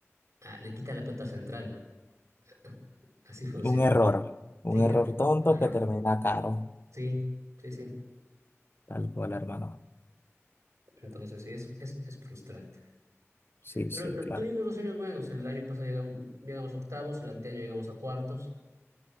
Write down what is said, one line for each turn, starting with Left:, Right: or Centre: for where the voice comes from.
Right: ah, le quitan la pelota al central. <laughs> Así funciona.
Left: Un error,
Right: Sí,
Left: un error
Right: er-
Left: tonto
Right: un error.
Left: que termina caro,
Right: Sí, sí, sí.
Left: tal cual, hermano.
Right: Entonces sí, es, es, es frustrante.
Left: Sí,
Right: Pero
Left: sí,
Right: no,
Left: claro.
Right: tuvimos dos años buenos. El año pasado llegamos, llegamos a octavos, el anteaño llegamos a cuartos.